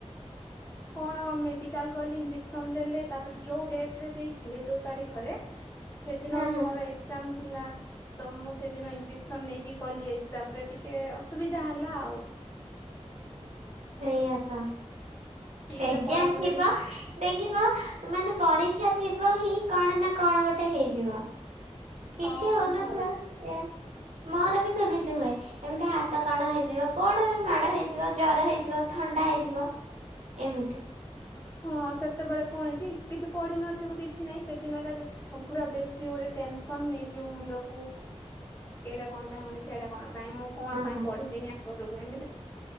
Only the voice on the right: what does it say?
ହ
ହଁ
ହଁ
ସେଇଆ ତ।
ଏଜ୍ଜାମ୍
ଥିବ
ଦେଖିବ ମାନେ ପରୀକ୍ଷା ଥିବ ହିଁ କଣ ନା କଣ ଗୋଟେ ହେଇଯିବ। କିଛି
ହଉନଥିବ,
ଏ ମୋର ବି ସେମିତି ହୁଏ। ଏମିତି ହାତ କଣ ହେଇଯିବ। କଣ ବି ମାଡ ହେଇଯିବ, ଜର ହେଇଯିବ, ଥଣ୍ଡା ହେଇଯିବ। ଏମିତି।
ହ
ହଁ